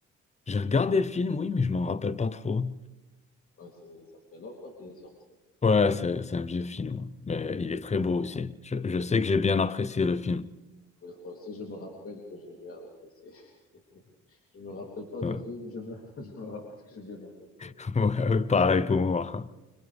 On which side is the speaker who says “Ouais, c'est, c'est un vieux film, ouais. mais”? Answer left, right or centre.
Left